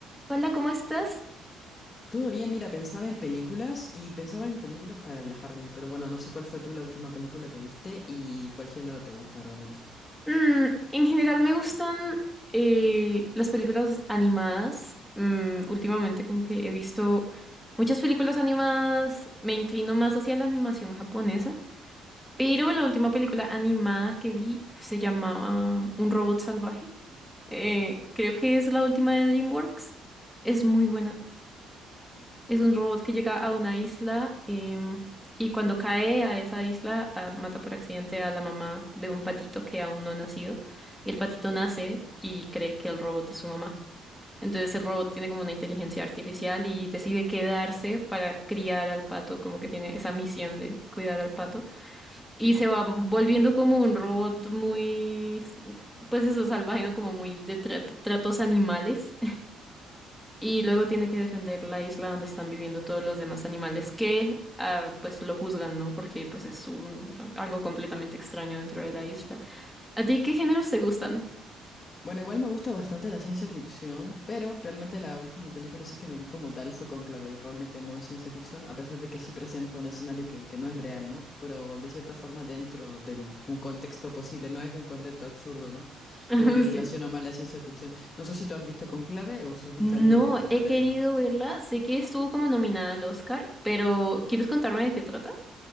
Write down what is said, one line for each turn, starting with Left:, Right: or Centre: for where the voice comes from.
Centre: Hola, ¿cómo estás?
Left: Todo bien, mira, pensaba en películas y pensaba en películas para relajarme, pero bueno, no sé cuál fue tú la última película que viste y cuál género te gusta realmente.
Centre: Mm, en general me gustan eh, las películas animadas. Mm, últimamente como que he visto muchas películas animadas, me inclino más hacia la animación japonesa, pero la última película animada que vi se llamaba Un robot salvaje. Eh, creo que es la última de DreamWorks. Es muy buena. Es un robot que llega a una isla em, y cuando cae a esa isla ah, mata por accidente a la mamá de un patito que aún no ha nacido y el patito nace y cree que el robot es su mamá. Entonces el robot tiene como una inteligencia artificial y decide quedarse para criar al pato, como que tiene esa misión de cuidar al pato. Y se va volviendo como un robot muy, pues eso, salvaje, ¿no? Como muy de tra- tratos animales y luego tiene que defender la isla donde están viviendo todos los demás animales que ah, pues lo juzgan, ¿no? Porque pues es un, algo completamente extraño dentro de la isla. ¿A ti qué géneros te gustan?
Left: Bueno, igual me gusta bastante la ciencia ficción, pero realmente la última película sí que me vi como tal fue Conclave. Realmente no es ciencia ficción, a pesar de que sí presenta un escenario que, que no es real, ¿no? Pero de cierta forma dentro de un contexto posible, no es un concepto absurdo, ¿no?
Centre: <laughs>
Left: Como yo relaciono
Centre: Sí.
Left: más la ciencia ficción. No sé si tú has visto Conclave o supiste
Centre: No,
Left: algo de, de
Centre: he
Left: la peli.
Centre: querido verla. Sé que estuvo como nominada al Oscar, pero ¿quieres contarme de qué trata?